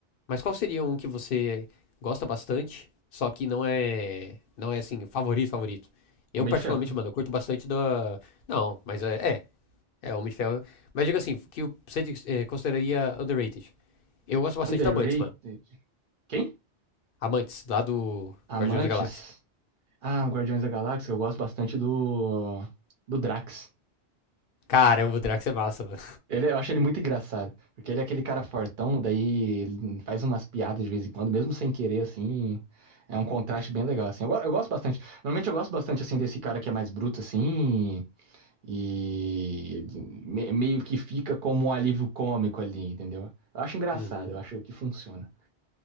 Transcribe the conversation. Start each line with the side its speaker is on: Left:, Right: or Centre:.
Left: mas qual seria um que você gosta bastante, só que não é. Não é assim, favorito, favorito? Eu,
Right: Homem
Left: particularmente,
Right: de Ferro.
Left: mano, eu curto bastante da. Não, mas é. é, É, Homem de Ferro. Mas digo assim, que você eh, consideraria underrated. Eu gosto bastante
Right: Underrated.
Left: da Mantis, mano.
Right: Quem?
Left: Amantes, lá do
Right: Amantes.
Left: Guardiões da Galáxia.
Right: Ah, Guardiões da Galáxia, eu gosto bastante do. do Drax.
Left: Caramba, o Drax é massa, mano.
Right: Ele, eu acho ele muito engraçado, porque ele é aquele cara fortão, daí ele faz umas piadas de vez em quando, mesmo sem querer, assim, é um contraste bem legal, assim. Eu, go- eu gosto bastante, normalmente eu gosto bastante, assim, desse cara que é mais bruto, assim, E me- meio que fica como um alívio cômico ali, entendeu? Eu acho engraçado,
Left: Uhum.
Right: eu acho que funciona.